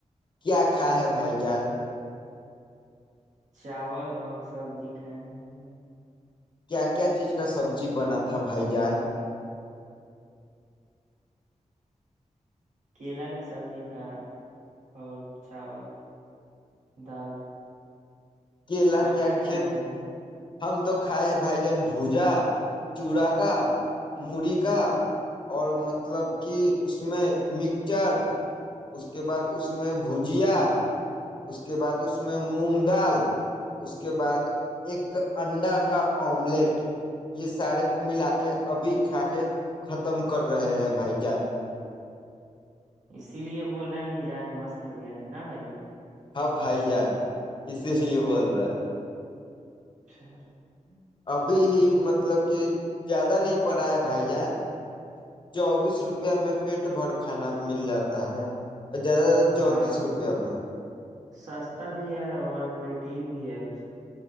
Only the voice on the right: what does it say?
چاول اور سبزی کھائے ہیں
کیلا کا سبزی تھا اور چاول دال
آپ
کھائے
ہیں بھائی جان
اسی لیے بول رہے ہیں مزاج مست ہو گیا ہے نا بھائی جان
<inaudible>
ہاں
سستا بھی ہے اور پروٹین بھی ہے <inaudible>